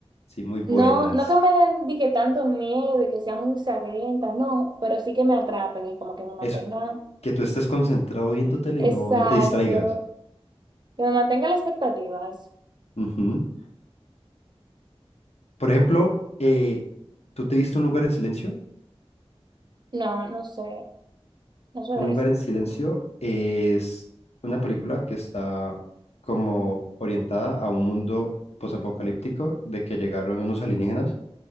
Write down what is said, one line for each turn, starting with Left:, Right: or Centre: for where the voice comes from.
Left: Sí, muy buenas.
Right: no, no que me den di que tanto miedo y que sean muy sangrientas, no, pero sí que me atrapen y como que me mantengan,
Left: Eso, que tú estés concentrado viendo tele
Right: exacto,
Left: y no, no te distraigas.
Right: que me mantenga la expectativa. eso.
Left: Ujú. Por ejemplo, eh, ¿tú te viste Un lugar en silencio?
Right: No, no sé, no sé
Left: Un
Right: de
Left: lugar
Right: eso.
Left: en silencio es una película que está como orientada a un mundo posapocalíptico de que llegaron unos alienígenas